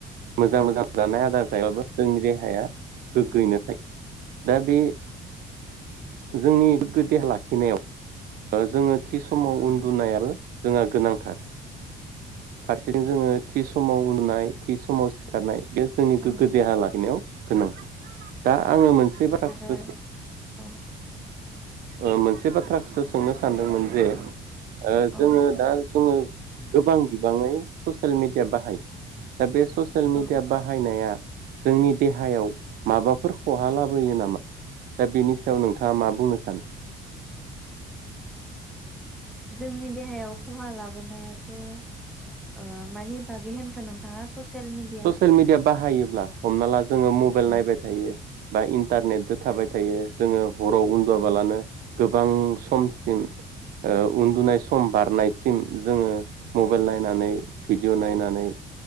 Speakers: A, on the right (about 60°); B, in the centre.
A: मोजां मोजां जानाय आदार जायोबाबो जोंनि देहाया गोग्गोयैनो
B: औ
A: थायो दा बे जोंनि गो देहा लाखिनायाव ओ जोङो थि समाव
B: औ
A: उन्दुनाय आरो जोंहा गोनांथार फारसेथिं जोङो थि समाव उन्दुनाय थि समाव सिखारनाय बे जोंनि
B: औ
A: गोग्गो देहा लाखिनायाव गोनां दा आङो मोनसे बाथ्राखौसो
B: आरो अ
A: ओ मोनसे बाथ्रा सो सोंनो सानदोंमोन जे
B: औ
A: ओ
B: औ
A: जोङो दा जोङो गोबां बिबाङै ससियेल मिडिया बाहायो दा बे ससियेल मिडिया
B: औ
A: बाहायनाया जोंनि देहायाव माबाफोर खहा लाबोयो नामा दा बेनि सायाव नोंथाङा मा बुंनो सानो?
B: जोंनि देहायाव खहा लाबोनायाथ' ओ मानि बागै होनखो नोंथाङा ससेल सियेल मिडिया
A: ससियेल मिडिया बाहायोब्ला हमना ला जोङो मबाइल
B: औ
A: नायबाय थायो बा इन्टारनेटजों थाबाय थायो जोङो हराव उन्दुआबालानो
B: औ
A: गोबां समसिम ओ उन्दुनाय सम बारनायसिम जोङो मबाइल नायनानै भिडिअ' नायनानै